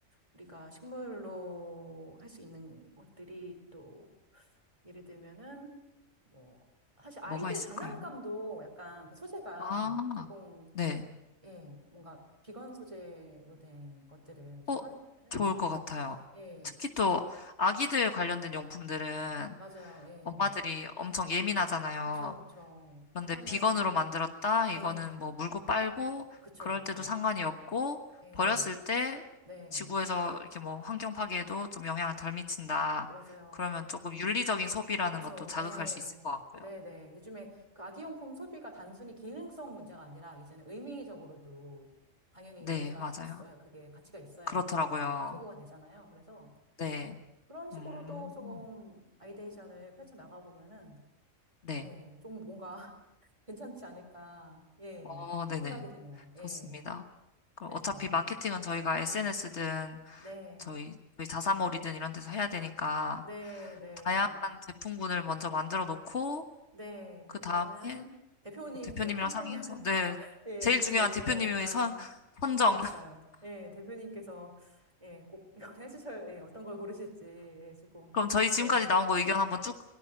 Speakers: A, on the right; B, on the left.
A: 우리가 식물로 할 수 있는 것들이 또 예를 들면은 뭐 사실 아이들
B: 뭐가 있을까요?
A: 장난감도 약간 그 소재가
B: 아,
A: 조금
B: 네,
A: 예 뭔가 비건 소재로 된 것들을 좀
B: 어,
A: 활용하면은
B: 좋을 것 같아요.
A: 예.
B: 특히 또 아기들 관련된 용품들은
A: 맞아요. 예.
B: 엄마들이 엄청 예민하잖아요.
A: 그쵸, 그쵸.
B: 그런데
A: 그렇게 하면,
B: 비건으로 만들었다. 이거는
A: 예.
B: 뭐 물고 빨고
A: 그쵸,
B: 그럴
A: 그쵸.
B: 때도 상관이 없고
A: 예.
B: 버렸을 때
A: 네.
B: 지구에서 이렇게 뭐 환경 파괴에도 좀 영향을 덜 미친다.
A: 맞아요.
B: 그러면 조금 윤리적인 소비라는
A: 그쵸.
B: 것도 자극할
A: 예.
B: 수 있을 것 같고요.
A: 네네. 요즘에 그 아기용품 소비가 단순히 기능성 문제가 아니라 이제는 의미적으로도 당연히
B: 네,
A: 의미가
B: 맞아요.
A: 있어야, 그게 가치가 있어야
B: 그렇더라고요.
A: 조금 더 소구가 되잖아요. 그래서
B: 네.
A: 그런 식으로도
B: 음.
A: 조금 아이데이션을 펼쳐나가보면은,
B: 네.
A: 예. 좀 뭔가 <laughs> 괜찮지 않을까. 예.
B: 어, 네네.
A: 생각이 되네요.
B: 좋습니다.
A: 예. 그래서.
B: 그럼 어차피 마케팅은 저희가 SNS든
A: 네,
B: 저희 저희 자사몰이든 이런 데서 해야 되니까
A: 네, 네,
B: 다양한 제품군을 먼저 만들어 놓고
A: 네.
B: 그
A: 일단은
B: 다음에
A: 대표님께
B: 또 대표님이랑
A: 컨펌을,
B: 상의해서
A: <laughs>
B: 네
A: 예,
B: 제일
A: 그게
B: 중요한
A: 제일 중요하니까.
B: 대표님의 선 선정
A: 그니까요.
B: <laughs>
A: 예, 대표님께서, 예, 꼭 이걸 <laughs> 해주셔야, 예, 어떤 걸 고르실지, 예, 조금,
B: 그럼 저희 지금까지
A: 예,
B: 나온 거 의견 한번 쭉